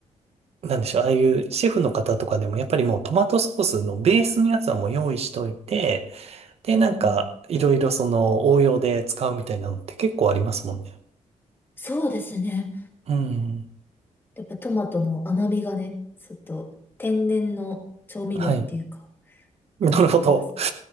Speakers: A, on the right; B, on the left.
A: なんでしょう、ああいうシェフの方とかでも、やっぱりもうトマトソースのベースのやつはもう用意しといて、で、
B: うんうん。
A: なんか、いろいろその応用で使うみたいなのって結構ありますもんね。
B: そうですね。
A: うん。
B: やっぱトマトの甘みがね、ちょっと、天然の調味料っていうか、
A: はい。なるほど。
B: 感じがありますね。